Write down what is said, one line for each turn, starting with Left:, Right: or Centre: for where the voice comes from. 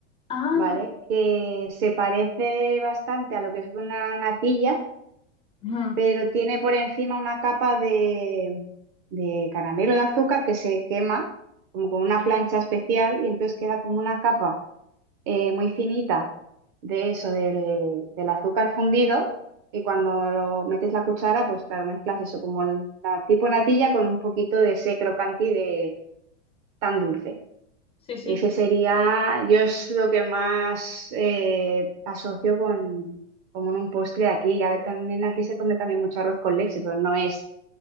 Left: Ah,
Right: ¿vale? Que se parece bastante a lo que es una natilla,
Left: ujú.
Right: pero tiene por encima una capa de, de caramelo de azúcar que se quema como con una
Left: sí,
Right: plancha especial y entonces queda como una capa eh, muy finita de eso, del, del azúcar fundido. Y cuando lo metes la cuchara, pues claro, mezclas eso como el- la tipo natilla con un poquito de ese crocanti de tan dulce.
Left: sí, sí.
Right: Ese sería, yo es lo que más eh, asocio con, como en un postre de aquí. A ver, también aquí se come también mucho arroz con leche, pero no es